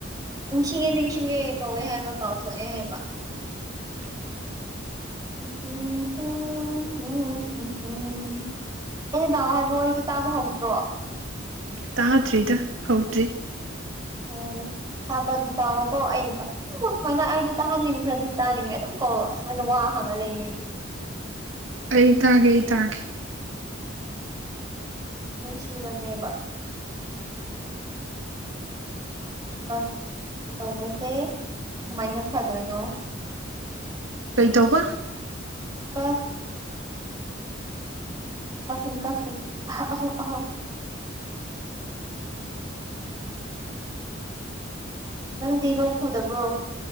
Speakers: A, on the right; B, on the right.
A: ꯅꯤꯡꯁꯤꯡꯉꯦ ꯅꯤꯡꯁꯤꯡꯉꯦ ꯀꯧꯋꯦ ꯍꯥꯏꯕ ꯀꯥꯎꯊꯣꯛꯑꯦ ꯍꯥꯏꯕ
B: <inaudible>
A: <unintelligible> ꯑꯩꯩꯅ ꯇꯥꯎꯑꫭ ꯍꯥꯏꯕ ꯋꯥꯔꯤꯗꯣ ꯇꯥꯕ ꯍꯧꯗ꯭ꯔꯣ
B: ꯇꯥꯗ꯭ꯔꯤꯗ ꯍꯧꯗ꯭ꯔꯤ
A: ꯎꯝ ꯊꯥꯕꯗꯤ ꯇꯑꯣ ꯀꯣ <unintelligible> ꯁꯨꯃꯥꯏꯅ ꯑꯩꯗꯤ ꯇꯥꯍꯟꯅꯤꯡꯈ꯭ꯔꯗꯤ ꯇꯥꯅꯤꯡꯉꯦ ꯑꯗꯨꯝ ꯀꯧꯂ ꯑꯁꯨꯃꯥꯏꯅ ꯋꯥ ꯍꯪꯉꯒ ꯂꯩꯅꯤ ꯑꯩꯗꯤ
B: ꯑꯩ ꯇꯒꯦ ꯑꯩ ꯇꯒꯦ
A: ꯅꯨꯡꯁꯤꯕꯅꯦꯕ ꯑ ꯇꯧꯕꯁꯦ ꯀꯃꯥꯏꯅ ꯐꯗꯣꯏꯅꯣ
B: ꯀꯩꯇꯧꯕ
A: <unintelligible> ꯀꯛꯆꯤꯟ ꯀꯛꯆꯤꯡ <unintelligible> ꯅꯪꯗꯤ ꯂꯣꯛ ꯄꯨꯗꯕ꯭ꯔꯣ